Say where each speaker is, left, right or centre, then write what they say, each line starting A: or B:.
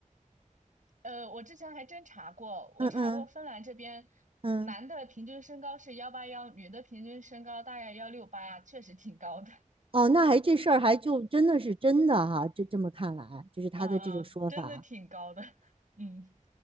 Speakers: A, on the right; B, on the right.
A: 呃，我之前还真查过，我查过芬兰这边男的平均身高是幺八幺，
B: 嗯嗯嗯，
A: 女的平均身高大概幺六八，确实挺高的，
B: 哦，那还这事儿还就真的是真的哈，就这么看来，
A: <laughs>
B: 就是他的这种说法。
A: 嗯，真的挺高的，<laughs> 嗯，